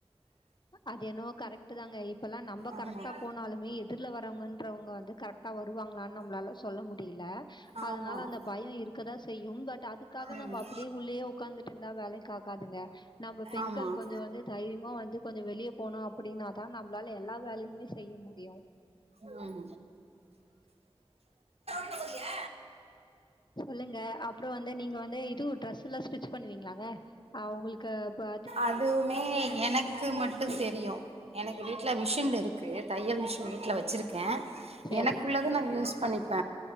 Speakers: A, on the left; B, on the right.
A: அது என்னவோ கரெக்ட்டு தாங்க இப்பெல்லா நம்ப
B: ஆமாம்
A: கரக்ட்டா போனாலுமே எதிர்ல வரவங்கன்றவங்க வந்து கரக் ட்டா வருவாங்களான்னு நம்பளால சொல்ல முடியல
B: ஆமாம்
A: அதனால அந்த பயோ இருக்கதா செய்யும் பட் அதுக்காக
B: ம்
A: நம்ம அப்புடே உள்ளேயே உக்காந்து டு இருந்தா வேலைக்கு ஆகாதுங்க நம்ம பெண்கள்
B: ஆமாம்
A: கொஞ்சோ வந்து தைரியமா வந்து கொஞ்சோ வெளிய போணோ அப்டின்னா தா நம்பளால எல்லா வேலையுமே செய்ய முடியு
B: ம் போறியா
A: சொல்லுங்க அப்புறோ வந்து நீங்க வந்து இது ட்ரெஸ்செல்லா ஸ்டிச் பண்ணுவீங்களாங்க அ உங்களுக்கு க
B: அதுவுமே எனக்கு மட்டு தெரியு எனக்கு வீட்ல மிஷின் இருக்கு தையல் மிஷின் வீட்ல வச்சிருக்கே
A: சரி,
B: எனக்குள்ளது நா யூஸ் பண்ணிப்ப